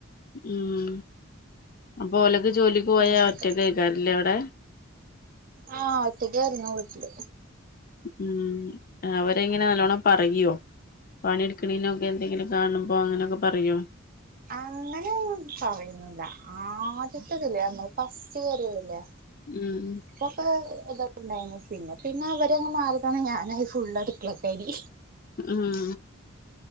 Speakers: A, on the left (about 45°); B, on the right (about 45°).
A: ഉം അപ്പൊലൊക്കെ ജോലിക്ക് പോയ
B: അങ്ങനെയൊക്കെ
A: ഒറ്റക്കെക്കാരല്ലേ അവടെ
B: ആഹ് ഒറ്റക്ക്യായിര്ന്നു വീട്ടില്.
A: ഉം അവരെങ്ങനെ നല്ലോണം പറയോ പണിട്ക്ക്ണെനൊക്കെ എന്തെങ്കിലും കാണുമ്പോ അങ്ങനൊക്കെ പറയോ
B: അങ്ങനൊന്നും പറയൊന്നുല്ല ആദ്യത്തതില് നമ്മള് ഫസ്റ്റ് കേറി വര്ല്ലേ
A: ഉം
B: പ്പൊക്കെ ഇതൊക്കെണ്ടായിനു പിന്നെ പിന്നെ അവരങ്ങ് മാറിതന്ന് ഞാനായി ഫുള്ളട്ക്കളക്കാരി.
A: ഉം